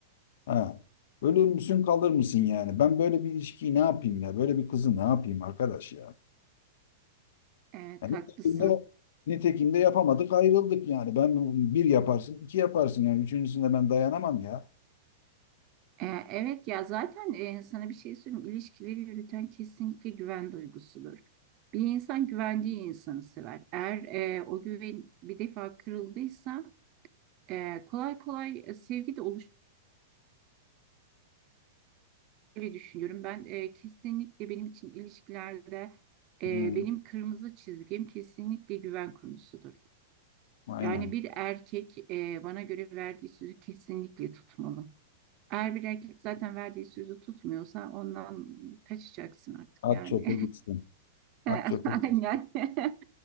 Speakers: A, on the left; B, on the right.
A: Ha. Ölür müsün kalır mısın yani? Ben böyle bir ilişkiyi ne yapayım ya? Böyle bir kızı ne yapayım arkadaş ya?
B: Evet
A: Yani
B: haklısın.
A: nitekim de, nitekim de yapamadık ayrıldık yani. Ben bir yaparsın iki yaparsın yani. Üçüncüsünde ben dayanamam ya.
B: Ee, evet ya zaten e, sana bir şey söyleyeyim. İlişkileri yürüten kesinlikle güven duygusudur. Bir insan güvendiği insanı sever. Eğer e, o güven bir defa kırıldıysa e, kolay kolay e, sevgi de oluşur diye düşünüyorum. Ben e, kesinlikle benim için ilişkilerde e,
A: Hmm,
B: benim kırmızı çizgim kesinlikle güven konusudur.
A: aynen.
B: Yani bir erkek e, bana göre verdiği sözü kesinlikle tutmalı. Eğer bir erkek zaten verdiği sözü tutmuyorsa ondan kaçacaksın artık
A: At
B: yani.
A: çöpe gitsin.
B: <laughs>
A: At çöpe gitsin.
B: Aynen. <laughs>